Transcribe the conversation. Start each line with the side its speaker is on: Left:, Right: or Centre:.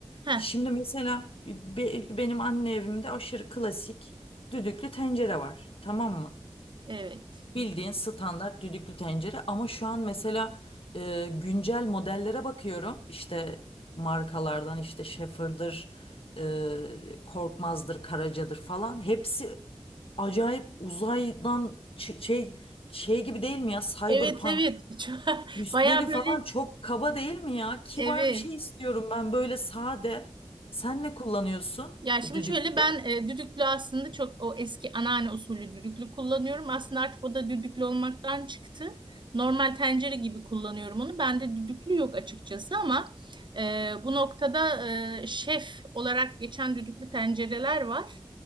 Right: heh,
Left: şimdi mesela be- benim anne evimde aşırı klasik düdüklü tencere var. Tamam mı?
Right: evet.
Left: Bildiğin standart düdüklü tencere ama şu an mesela e, güncel modellere bakıyorum. İşte markalardan işte Schaefer'dır, e, Korkmaz'dır, Karaca'dır falan. Hepsi acayip uzaydan ç- şey şey gibi değil mi ya? Cyberpunk.
Right: Evet evet. <laughs>
Left: Üstleri
Right: Baya böyle
Left: falan çok kaba değil mi ya? Kibar
Right: evet.
Left: bir şey istiyorum ben böyle sade. Sen ne kullanıyorsun
Right: Ya şimdi
Left: düdüklüde?
Right: şöyle ben e, düdüklü aslında çok o eski anneanne usulü düdüklü kullanıyorum. Aslında artık o da düdüklü olmaktan çıktı. Normal tencere gibi kullanıyorum onu. Bende düdüklü yok açıkçası ama e, bu noktada e, şef olarak geçen düdüklü tencereler var.